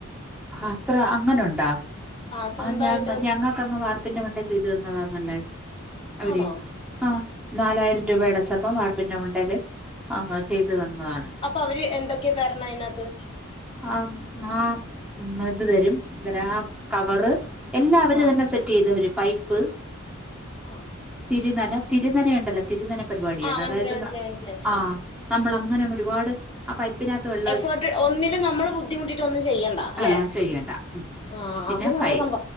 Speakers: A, in the centre; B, on the left.
A: അത്ര അങ്ങനുണ്ടാ?
B: ആഹ് സ്വന്തായിട്ട്
A: അഞ ഞങ്ങ ക്കന്ന് വാർപ്പിന്റെ മണ്ടേ ചെയ്ത് തന്നതാന്നല്ലേ അവര്
B: ആണോ
A: ആഹ് നാലായിരം രൂപ അടച്ചപ്പം വാർപ്പിന്റെ മണ്ടേല് അഹ് ചെയ്ത് തന്നതാണ്.
B: അപ്പൊ അവര് എന്തൊക്കെയാ തെരണേ അയ്നാത്ത്?
A: ആ, ആ ഇത് തെരും എന്തരാ കവറ് എല്ലാ അവര്
B: ആഹ്
A: തന്നെ സെ റ്റ് ചെയ്ത് അവര് പൈപ്പ്
B: ആഹ്
A: തിരുനന തിരുനന ഉണ്ടല്ലോ തിരുനന പരിപാടിയാണ്
B: ആഹ് മനസ്സിലായി
A: അതായത്
B: മനസ്സിലായി മനസ്സിലായി
A: ആഹ് നമ്മൾ അങ്ങനെ അങ്ങ് ഒരുപാട് ആ പൈപ്പിനാത്ത് വെ
B: എഫേർട്ട് ഒന്നിനും നമ്മള് ബുദ്ധിമുട്ടിട്ട് ഒന്നും ചെയ്യണ്ട അല്ലെ
A: ആ ചെയ്യണ്ട ഉം.
B: ആ
A: പിന്നെ
B: അത് നല്ല
A: ഫയ
B: സംഭ